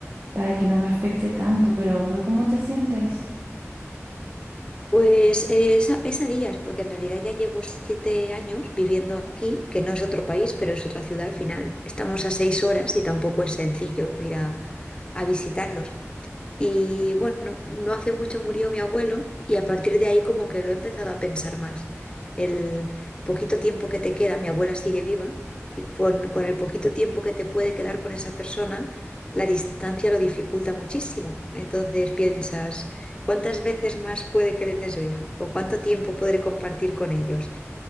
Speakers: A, on the right; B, on the left.
A: para que no me afecte tanto, pero, pero ¿cómo te sientes?
B: Pues eh, es a, es a días, porque en realidad ya llevo siete años viviendo aquí, que no es otro país, pero es otra ciudad al final. Estamos a seis horas y tampoco es sencillo ir a, a visitarlos. Y bueno, no hace mucho murió mi abuelo y a partir de ahí como que lo he empezado a pensar más. El poquito tiempo que te queda, mi abuela sigue viva, y con, con el poquito tiempo que te puede quedar con esa persona, la distancia lo dificulta muchísimo. Entonces piensas, ¿cuántas veces más puede que les vea? ¿O cuánto tiempo podré compartir con ellos?